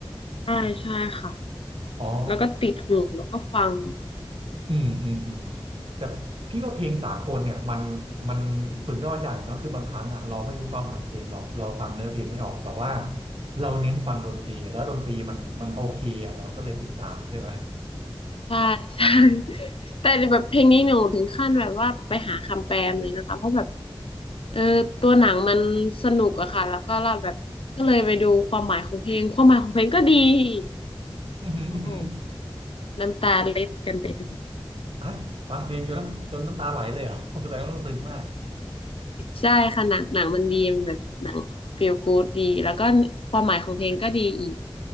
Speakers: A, on the left; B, on the right.
A: ใช่ใช่ค่ะ
B: อ๋อ
A: แล้วก็ติดหูแล้วก็ฟัง
B: อืมอืมอืมแต่พี่ว่าเพลงสากลเนี่ยมันมันสุดยอดอย่างเนาะคือบางครั้งอ่ะเราไม่รู้ความหมายเพลงหรอกเราฟังเนื้อเพลงไม่ออกแต่ว่าเราเน้นฟังดนตรีแล้วดนตรีมันมันโอเคอ่ะเราก็เลยติดตามใช่ไหม
A: ใช่ใช่ <laughs> แต่แบบเพลงนี้หนูถึงขั้นแบบว่าไปหาคำแปลมาเลยนะคะเพราะแบบเออตัวหนังมันสนุกอะค่ะแล้วก็เราแบบก็เลยไปดูความหมายของเพลงความหมายของเพลงก็ดีอีก
B: <laughs> อือหืออือหือ
A: โอ้โหน้ำตาเล็ดกันไปเลย
B: อ่ะฟังเพลงจนน้ำจนน้ำตาไหลเลยเหรอ <laughs> แสดงว่าต้องซึ้งมาก
A: ใช่ค่ะหนังหนังมันดีมันแบบหนัง Feel Good ดีแล้วก็ความหมายของเพลงก็ดีอีก